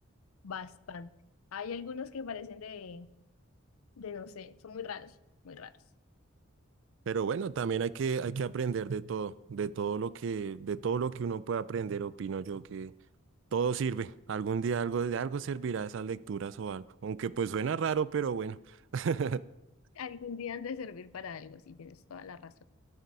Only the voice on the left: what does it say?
bastante. Hay algunos que parecen de, de, no sé, son muy raros, muy raros.
Algún día han de servir para algo, sí, tienes toda la razón.